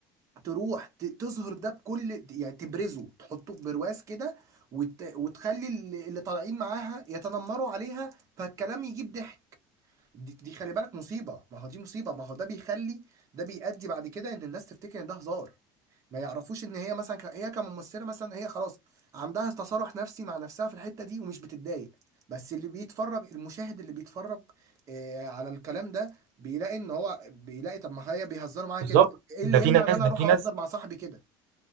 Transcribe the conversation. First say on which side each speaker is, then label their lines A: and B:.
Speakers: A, on the right; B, on the right.
A: تروح ت- تظهر ده بكل يعني تبرزه تحطه في برواز كده وت... وتخلي اللي اللي طالعين معاها يتنمروا عليها فالكلام يجيب ضحك دي, دي خلي بالك مصيبة ما هو دي مصيبة ما هو ده بيخلي ده بيؤدي بعد كده ان الناس تفتكر ان ده هزار ما يعرفوش ان هي مثلا ك... هي كممثلة مثلا هي خلاص عندها تصالح نفسي مع نفسها في الحتة دي ومش بتتضايق بس اللي بيتفرج المشاهد اللي بيتفرج آه على الكلام ده بيلاقي ان هو بيلاقي طب ما هي بيهزروا معايا
B: بالظبط
A: كده ايه
B: ده
A: اللي
B: في
A: يمنع
B: ناس
A: ان انا
B: ده
A: اروح
B: في
A: اهزر
B: ناس
A: مع صاحبي كده